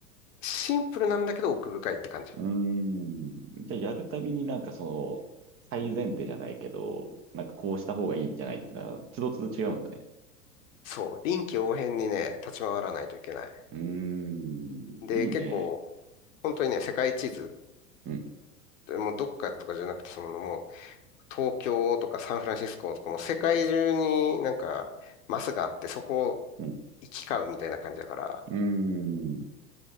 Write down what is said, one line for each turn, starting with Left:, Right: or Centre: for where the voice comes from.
Left: シンプルなんだけど奥深いって感じ。
Right: うーん。じゃあやるたびになんかその、最前提じゃないけど、なんかこうした方がいいんじゃないってのは、つどつど違うんだね。
Left: そう。臨機応変にね、立ち回らないといけない。
Right: うーん、
Left: で、
Right: いいね。
Left: 結構、本当にね、世界地図、
Right: うん、
Left: もうどっかとかじゃなくて、そのもう、東京とかサンフランシスコとかもう世界中になんか、マスがあって、そこを
Right: うん、
Left: 行き交うみたいな感じだから、
Right: うーん。